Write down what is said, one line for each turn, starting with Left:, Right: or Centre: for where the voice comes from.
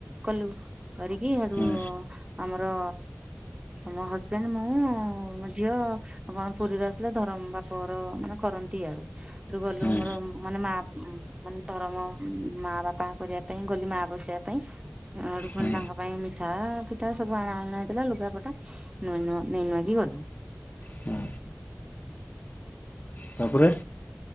Right: କଲୁ କରିକି ହେଠୁ
Left: ହୁଁ
Right: ଆମର ମୋ ହଜ୍‌ବେଣ୍ଡେ ମୁଁ ଝିଅ କଣ ପୁରୀରୁ ଆସିଲେ ଧରମ ବାପଘର ମାନେ କରନ୍ତି ଏଆଡୁ। ହେଠୁ ଗଲୁ
Left: ହୁଁ।
Right: ମୋର ମାନେ ମା ମାନେ ଧରମ ମା ବାପା କରିବା ପାଇଁ ଗଲି ମା ବସେଇବା ପାଇଁ। ହେଠୁ ଫୁଣି
Left: ହୁଁ
Right: ତାଙ୍କ ପାଇଁ ମିଠା ଫିଠା ସବୁ ଆଣା ଆଣା ହେଇଥିଲା ଲୁଗାପଟା ନୂଆ ନୂଆ ନେଇଁ ନୂଆକି ଗଲୁ।
Left: ହୁଁ ତାପରେ?